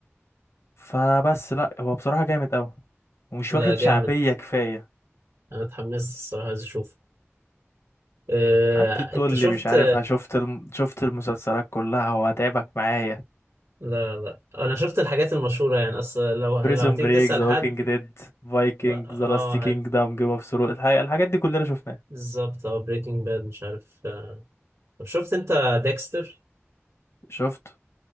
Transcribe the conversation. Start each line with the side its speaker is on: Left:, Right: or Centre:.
Left: فبس لا هو بصراحه جامد قوي ومش
Right: لا
Left: واخد
Right: جامد
Left: شعبيه كفايه
Right: أنا اتحمست الصراحة عايز أشوف آه،
Left: قعدت تقول
Right: أنت
Left: لي
Right: شفت
Left: مش عارف ها، شفت الم... شفت المسلسلات كلها وهتعبك معايا
Right: لا لا أنا شفت الحاجات المشهورة يعني أصل لو
Left: بريزون
Right: لو هتيجي
Left: بريك
Right: تسأل
Left: ذا
Right: حد
Left: ووكينج ديد فايكنج
Right: آه
Left: ذا
Right: آه،
Left: لاست كينجدم
Right: هت
Left: جيم اوف ثرونز الحاجات دي كلنا شفناها
Right: بالظبط اه بريكنج باد مش عارف آه. طب شفت أنت ديكستر
Left: شفت